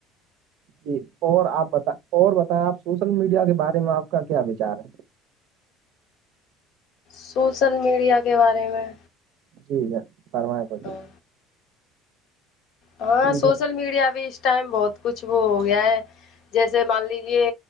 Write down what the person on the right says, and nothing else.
جی اور آپ بتا اور بتائیں آپ سوشل میڈیا کے بارے میں آپ کا کیا وچار ہے
جی ج فرمائیں کر
جی
میں-